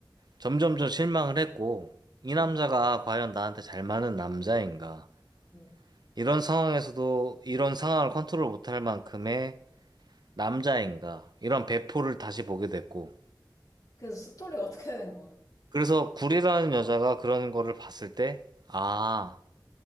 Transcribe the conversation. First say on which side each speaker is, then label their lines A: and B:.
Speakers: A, on the right (about 65°); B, on the left (about 50°).
A: 점점점 실망을 했고, 이 남자가
B: 음,
A: 과연 나한테 잘 맞는 남자인가?
B: 음.
A: 이런 상황에서도 이런 상황을 컨트롤 못 할 만큼의 남자인가? 이런 배포를 다시 보게 됐고.
B: 그래서 스토리가 어떻게 되는 거야?
A: 그래서 구리라는 여자가 그런 거를 봤을 때, 아,